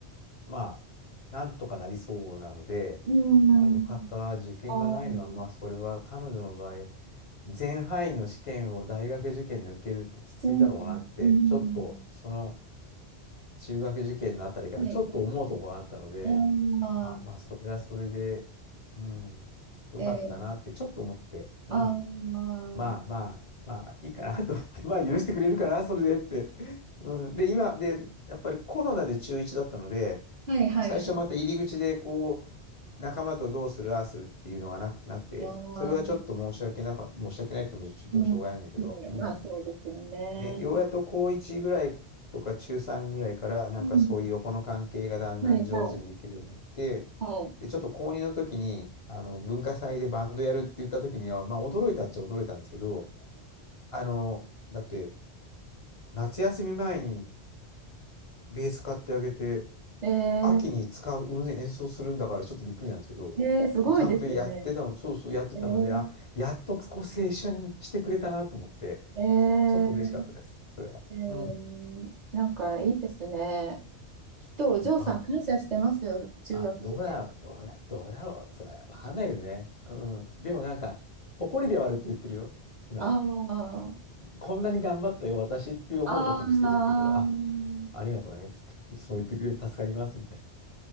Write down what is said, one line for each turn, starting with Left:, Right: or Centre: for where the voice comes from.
Left: まあ、なんとかなりそうなので、
Right: うん。
Left: あ、よかった。受験がないのは、
Right: ああ、うん。
Left: まあ、それは彼女の場合、全範囲の試験を大学受験で受けるってきついだろうなって、
Right: うん。
Left: ちょっとその中学受験のあたりからちょっと思うところがあったので、
Right: はい。ああ、
Left: あ、まあ、それはそれで、うん、よかったなってちょっと思って、
Right: えー、
Left: うん。
Right: ああ、<laughs>
Left: まあまあ、まあいいかなと思って、まあ許してくれるかな、それでって。うん、で、今、で、やっぱりコロナで中1だったので、
Right: はいはいはい。
Left: 最初また入り口でこう、仲間とどうする、ああするっていうのがなく、なくて、
Right: いやー、
Left: それはちょっと申し訳なか、
Right: うん、
Left: 申し訳ないって言ってもしょうがないんだけど、
Right: う
Left: うん。
Right: んまあそうですよね。
Left: ね、ようやっと高1ぐらいとか中3ぐらいから、なんかそういう横の関係がだんだん上手にできるようになって、
Right: うん、はい、はい、は
Left: で、ちょっと高2の時に、あの、文化祭でバンドやるって言った時には、まあ驚いたっちゃ驚いたんですけど、あの、だって、夏休み前にベース買ってあげて、
Right: い。え
Left: 秋に使う、うん演奏するんだからちょっとびっくりなんですけど、
Right: ー、えー、すごいですね。
Left: でちゃんとやってたの、そうそうやってたので、
Right: えー、
Left: あ、やっとこう青春してくれたなと思って、
Right: えー、
Left: ちょっと嬉しかったです、それは。
Right: う
Left: うん。
Right: んなんかいいですね。きっとお嬢さん感謝してますよ、
Left: まあね。
Right: 中学受験。
Left: あ、どうだろう、どうだ、どうだろう、それ。わかんないけどね。うん。でもなんか、誇りではあるって言ってるよ。普段。
Right: ああ、
Left: こんなに頑張ったよ、私って思うことにしてるって言うから、
Right: ああ、うん、
Left: あ、ありがとうね、つって、そう言ってくれる、助かります、みたいな。